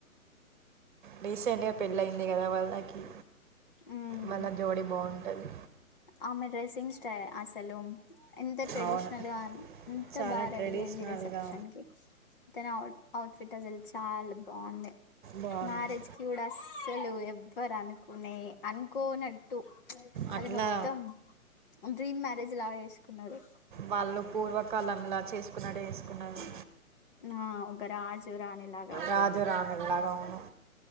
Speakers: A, on the right; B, on the left.
A: రీసెంట్ గా పెళ్ళి అయింది కదా వాళ్ళకి
B: ఉమ్
A: వాళ్ళ జోడి బాగుంటది
B: ఆమె డ్రెస్సింగ్ స్టైల్ అసలు ఎంత ట్రెడిషనల్
A: అవును
B: గా ఎంత
A: చాలా
B: బాగా
A: ట్రెడిషనల్గా
B: రెడీ అయింది రిసెప్షన్ తనవుట్ అవుట్ అసలు చాలా బాగుంది
A: బాగుంది
B: మ్యారేజ్ కి కూడా అస్సలు ఎవ్వరు అనుకో ఉన్నాయి అనుకోనట్టుప్చ్
A: అట్లా
B: అది మొత్తం డ్రీమ్ మ్యారేజ్ లా చేసుకున్నారు
A: వాళ్ళు పూర్వకాలంలా చేసుకున్నట్టు చేసుకున్నరు
B: ఆ ఒక రాజు రాణి లాగా
A: రాజు రాణుల్లగా అవును